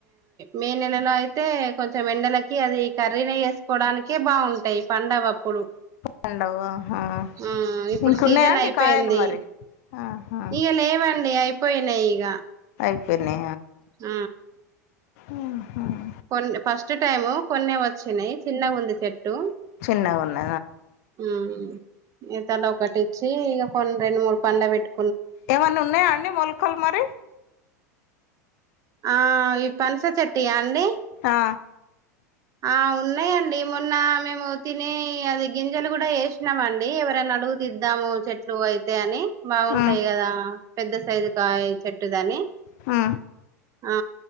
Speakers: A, on the right; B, on the left.
A: మే నెలలో అయితే కొంచెం ఎండలకి అది కర్రీని వేసుకోవడానికే బాగుంటాయి పండవ అప్పుడు
B: పండవు ఆహా
A: ఆ ఇప్పుడు
B: ఇంకున్నాయా
A: సీజన్
B: అండి
A: అయిపోయింది
B: కాయలు మరి ఆహా
A: ఇక లేవండి అయిపోయినాయి ఇక
B: అయిపోనే
A: ఆ
B: ఆహా
A: కొన్ని ఫస్ట్ టైము కొన్ని వచ్చినాయి చిన్నగా ఉంది చెట్టు
B: చిన్నగా ఉన్న
A: ఉ ఈతల ఒకటిచ్చి ఇక కొన్ని రెండు మూరు పండగ పెట్టు
B: ఏమన్న ఉన్నాయా అండి మొలకలు మరి
A: ఆ ఈ పనస చెట్యా అండి
B: ఆ
A: ఆ ఉన్నా అలాండి మొన్న మేము తిని అది గింజలు కూడా వేసినామండి ఎవరైనా అడుగు దిద్దాము చెట్లు అయితే అని బాగుంటాయి
B: ఆ
A: కదా పెద్ద సైజు కాయ చెట్టుదని
B: మ్
A: ఆ